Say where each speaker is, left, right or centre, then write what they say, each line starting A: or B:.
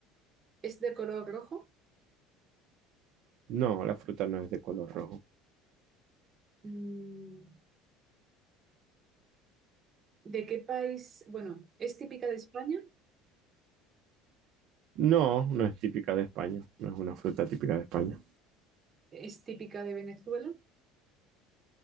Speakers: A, on the right; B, on the right.
A: ¿es de color rojo?
B: No, la fruta no es de color rojo.
A: Mm, ¿De qué país? Bueno, ¿es típica de España?
B: No, no es típica de España, no es una fruta típica de España.
A: ¿Es típica de Venezuela?